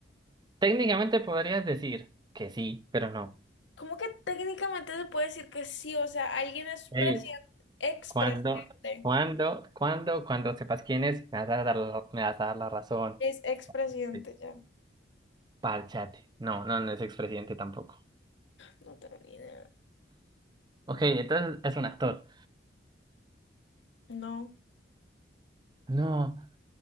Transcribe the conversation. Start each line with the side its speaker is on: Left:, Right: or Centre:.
Right: Técnicamente podrías decir que sí, pero no.
Left: ¿Cómo que técnicamente se puede decir que sí? O sea, alguien es
Right: Ey,
Left: presidente, expresidente.
Right: Cuando, cuando, cuando, cuando sepas quién es, me vas a dar la, me vas a dar la razón.
Left: Es expresidente
Right: Sí.
Left: ya.
Right: Párchate. No, no, no es expresidente tampoco.
Left: No tengo ni idea.
Right: Ok, entonces es un actor.
Left: No.
Right: No,